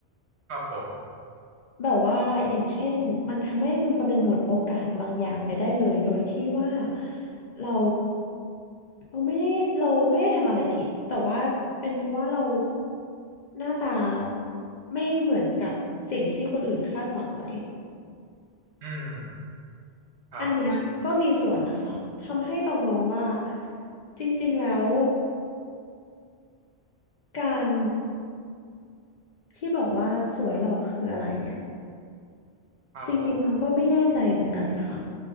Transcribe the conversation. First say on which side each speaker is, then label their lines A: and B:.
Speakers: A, on the right (about 80°); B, on the left (about 55°).
A: ครับผม
B: แบบว่าอย่างเช่นมันทำให้คนคนหนึ่งหมดโอกาสบางอย่างไปได้เลยโดยที่ว่าเราเราไม่ได้เราไม่ได้ทำอะไรผิดแต่ว่าเป็นเพราะว่าเราหน้าตาไม่เหมือนกับสิ่งที่คนอื่นคาดหวังไว้
A: อืมครับ
B: อันเนี้ยก็มีส่วนนะคะทำให้ต้องมองว่าจริงๆแล้วการที่บอกว่าสวยหล่อคืออะไรเนี่ย
A: ครับผม
B: จริงๆตองก็ไม่แน่ใจเหมือนกันค่ะ